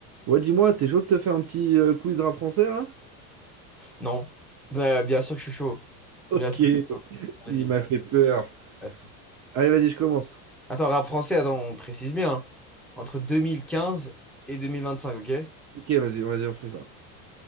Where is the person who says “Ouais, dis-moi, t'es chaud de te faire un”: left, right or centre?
Right